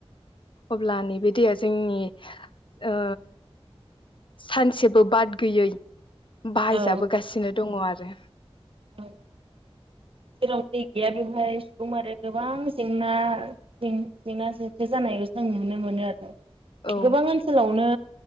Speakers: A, on the left; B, on the right.
A: अब्ला नैबे दैया जोंनि ओ सानसेबो बाद गैयै बाहायजाबोगासिनो
B: औ
A: दङ आरो
B: औ जेराव दै गैया बेवहाय सुबुं माहारिया आरो गोबां जेंना‌ जेंना जेंथो जानाय खौ जों नुनो मोनो आरो
A: औ
B: गोबां ओनसोलावनो